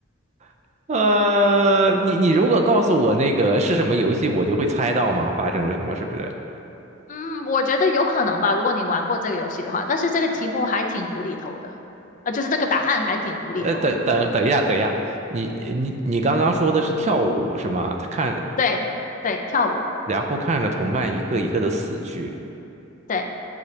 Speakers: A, on the right; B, on the left.
A: <laughs> 呃，你你如果告诉我那个是什么游戏，我就会猜到吗？发生了什么，是不是？
B: 嗯，我觉得有可能吧，如果你玩过这个游戏的话，但是这个题目还挺无厘头的，啊，就是这个答案还挺无厘头的。
A: 呃，等等等一下，等一下，你你你刚刚说的是跳舞是吗？他看。
B: 对对，跳舞，
A: 然后看着同伴一个一个的死去。
B: 对，